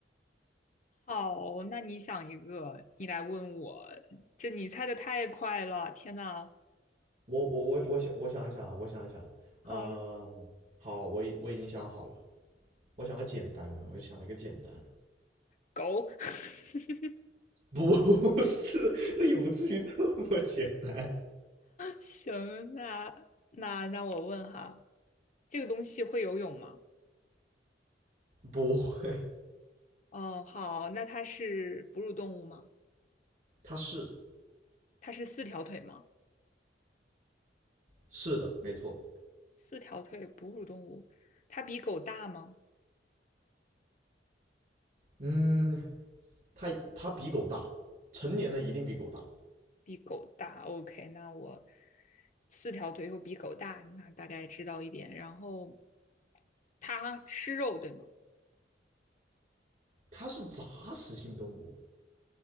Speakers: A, on the left; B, on the right.
A: 好，那你想一个，你来问我。这你猜的太快了，天呐！
B: 我我我我想我想一想啊，我想一想，呃，
A: 好，
B: 好，我已我已经想好了，我想个简单的，我想了一个简单的
A: 狗。<laughs>
B: 不 <laughs> 是，那也不至于这么简单，
A: 行，那那那我问哈，这个东西会游泳吗？
B: 不会，
A: 哦，好，那它是哺乳动物吗？
B: 它是
A: 它是四条腿吗？
B: 是的，没错，
A: 四条腿哺乳动物，它比狗大吗？
B: 嗯，它它比狗大，成年的一定比狗大。
A: 比狗大。OK，那我四条腿又比狗大，那大概知道一点。然后它吃肉，对吗？
B: 它是杂食性动物，